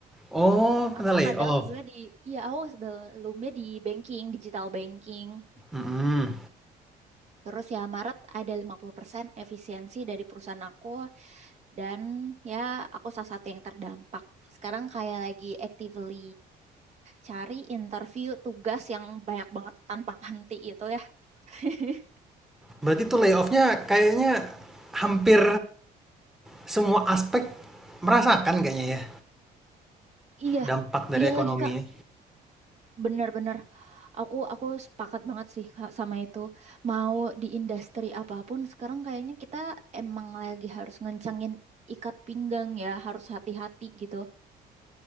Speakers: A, in the centre; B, on the right.
A: Oh, kena
B: Aku
A: layoff.
B: padahal sebelumnya di, iya aku sebelumnya di banking, digital banking.
A: Mm-mm.
B: Terus ya Maret ada 50% efisiensi dari perusahaan aku dan ya aku salah satu yang terdampak. Sekarang kayak lagi actively cari interview tugas yang banyak banget tanpa henti itu ya. <laughs>
A: Berarti tuh layoffnya kayaknya hampir semua aspek merasakan kayaknya ya
B: Iya,
A: dampak dari
B: iya
A: ekonomi.
B: lagi Kak.
A: ya.
B: Bener-bener. Aku aku sepakat banget sih Kak sama itu. Mau di industri apapun sekarang kayaknya kita emang lagi harus ngencengin ikat pinggang ya, harus hati-hati gitu.